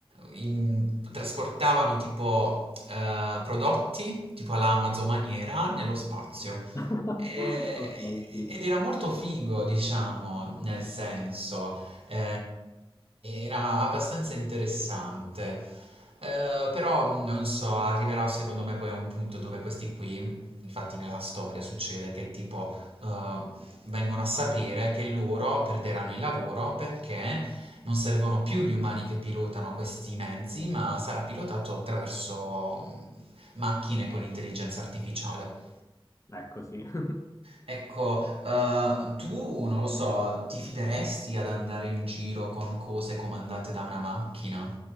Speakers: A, on the right; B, on the left.
A: in- trasportavano tipo eh, prodotti, tipo alla Amazon maniera, nello spazio.
B: <laughs>
A: Eh,
B: Ok, sì,
A: ed era molto figo, diciamo, nel senso, eh, era abbastanza interessante. Eh, però non so, arriverà secondo me poi a un punto dove questi qui, infatti nella storia succede che tipo eh, vengono a sapere che loro perderanno il lavoro perché non servono più gli umani che pilotano questi mezzi, ma sarà pilotato attraverso macchine con intelligenza artificiale.
B: ecco sì. <laughs>
A: Ecco, eh, tu non lo so, ti fideresti ad andare in giro con cose comandate da una macchina?